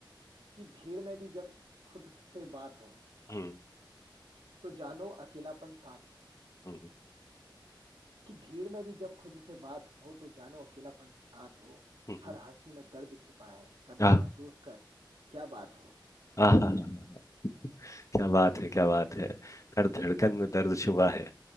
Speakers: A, on the right; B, on the left.
A: कि भीड़ में भी जब खुद से बात हो
B: हम्म
A: तो जानो अकेलापन साथ हो
B: हम्म
A: कि भीड़ में भी जब खुद से बात हो तो जानो अकेलापन साथ हो
B: हम्म
A: हर हंसी में दर्द छिपा है कभी
B: आह
A: महसूस कर क्या बात हो
B: आह आह, आह, क्या बात है क्या बात है हर धड़कन में दर्द छुपा है